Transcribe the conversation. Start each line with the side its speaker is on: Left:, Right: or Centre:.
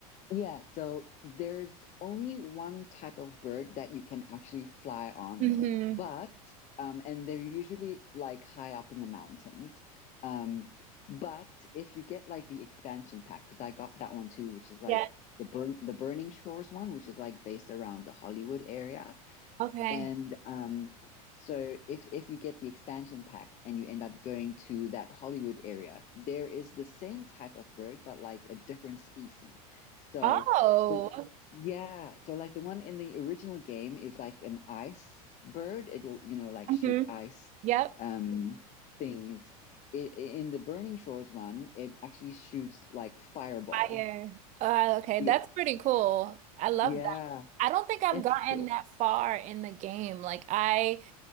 Left: Yeah, so there's only one type of bird that you can actually fly on,
Right: Mm-hmm.
Left: but um, and they're usually like high up in the mountains. Um, but if you get like the expansion pack, because I got that one too, which is like
Right: Yeah.
Left: the burn the Burning Shores one, which is like based around the Hollywood area.
Right: Okay.
Left: And um, so if if you get the expansion pack and you end up going to that Hollywood area, there is the same type of bird, but like a different species. So
Right: Oh,
Left: the yeah, so like the one in the original game is like an ice bird. It will, you know, like shoot
Right: hmm
Left: ice
Right: yep.
Left: um things. I in the Burning Shores one, it actually shoots like fireball.
Right: Fire. Uh, okay,
Left: Yeah.
Right: that's pretty cool. I love
Left: Yeah,
Right: that. I don't think I've
Left: it's
Right: gotten
Left: cool.
Right: that far in the game. Like I